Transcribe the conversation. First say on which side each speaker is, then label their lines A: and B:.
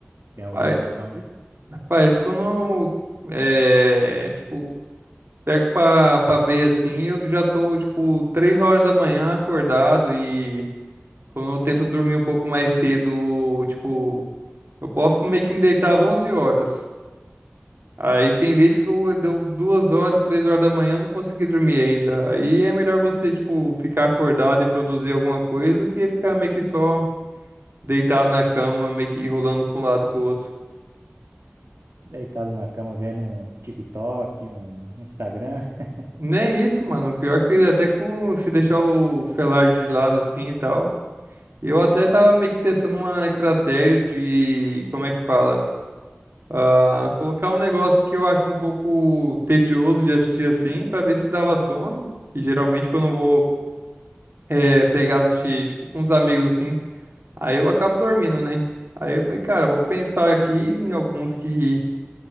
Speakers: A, on the right (about 80°); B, on the right (about 55°).
A: Tem alguma
B: Pai-
A: noção disso?
B: Rapaz, quando eu, é, tipo, pego pra, pra ver assim, eu já tô, tipo, três horas da manhã acordado e quando eu tento dormir um pouco mais cedo, tipo, eu posso meio que me deitar às 11 horas. Aí tem vezes que eu deu duas horas, três horas da manhã, eu não consegui dormir ainda. Aí é melhor você, tipo, ficar acordado e produzir alguma coisa do que ficar meio que só deitado na cama, meio que rolando pra um lado e pro outro.
A: Deitado na cama vendo um TikTok, um Instagram. <laughs>
B: Nem é isso, mano. Pior que até com se deixar o felar de lado assim e tal. Eu até tava meio que testando uma estratégia de, como é que fala? Ah, colocar um negócio que eu acho um pouco tedioso de assistir assim, pra ver se dava sono. Que geralmente quando eu vou é, pegar, assistir, tipo, com os amigos, assim. Aí eu acabo dormindo, né? Aí eu falei, cara, vou pensar aqui em alguns que